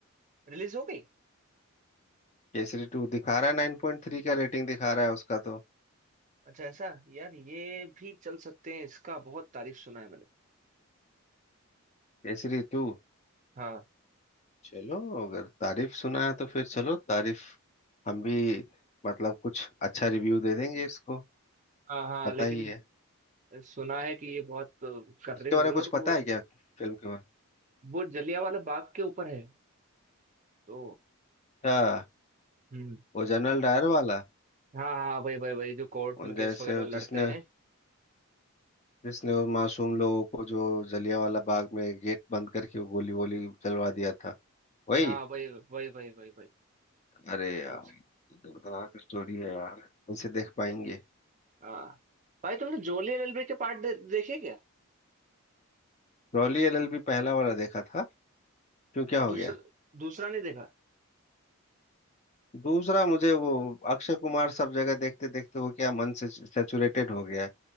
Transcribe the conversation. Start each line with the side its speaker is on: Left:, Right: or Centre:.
Right: रिलीज हो गई
Left: केसरी टू दिखा रहा है नाइन पॉइंट थ्री का रेटिंग दिखा रहा है उसका तो
Right: अच्छा ऐसा यार ये भी चल सकते हैं इसका बहुत तारीफ सुना है मैंने
Left: केसरी टू
Right: हाँ
Left: चलो अगर तारीफ सुना है तो फिर चलो तारीफ हम भी मतलब कुछ अच्छा रिव्यू दे देंगे इसको
Right: हाँ हाँ
Left: पता
Right: लेकिन
Left: ही है
Right: सुना है कि ये बहुत कर
Left: उसके
Right: रही मूवी
Left: बारे में कुछ
Right: और
Left: पता
Right: वो
Left: है क्या फिल्म के बारे में
Right: वो जलियांवाला बाग के ऊपर है तो
Left: अच्छा
Right: हम्म
Left: वो जनरल डायर वाला
Right: हाँ हाँ वही वही वही जो कोर्ट
Left: उन
Right: में
Left: जैसे
Right: केस वगैरह
Left: वो
Right: लड़ते
Left: जिसने
Right: हैं
Left: जिसने वो मासूम लोगों को जो जलियांवाला बाग में गेट बंद करके वो गोली वोली चलवा दिया था वही
Right: हाँ वही वही वही वही वही
Left: अरे
Right: वो
Left: यार ये दर्दनाक स्टोरी है यार इसे देख पाएंगे
Right: हाँ भाई तुमने जोली एलएलबी के पार्ट दे, देखे क्या
Left: रॉली एलएलबी पहला वाला देखा था क्यों क्या हो
Right: दूसरा
Left: गया
Right: दूसरा नहीं देखा
Left: दूसरा मुझे वो अक्षय कुमार सब जगह देखते देखते वो क्या मन से सैचुरेटेड हो गया है